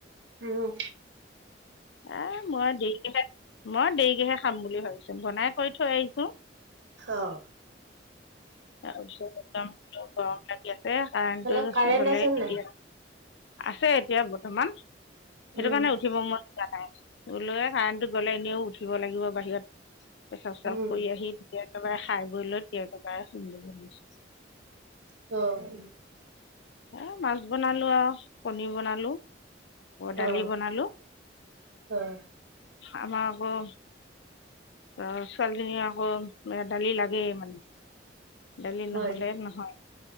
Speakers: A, on the right; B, on the left.
A: উমহু।
B: এ মই দেৰিকেহে মই দেৰিকেহে খাম বুলি ভাবিছো বনাই। কৈ থৈ আহিছোঁ।
A: অ',
B: তাৰপিছত একদম গৰম লাগি আছে কাৰেণ্টো
A: এইফালে কাৰেণ্ট
B: গলেই
A: আছে
B: তেতিয়া।
A: নাই?
B: আছে এতিয়া বৰ্তমান সেইটো
A: উম,
B: কাৰণে উঠিব মন গলোৱে কাৰেণটো গলে এনেও উঠিব লাগিব বাহিৰত পেচাব চেচাব
A: উম,
B: কৰি আহি একবাৰে খাই বৈ লৈ একেবাৰে শুম বুলি ভাবিছোঁ।
A: অ'।
B: এ মাছ বনালো আৰু পনিৰ বনালো। আকৌ
A: অ',
B: দালি বনালো
A: অ'।
B: আমাৰ আকৌ অ' ছোৱালীজনীৰ আকৌ দালি লাগে মানে। দালি
A: হয়।
B: নহ'লে নহয়।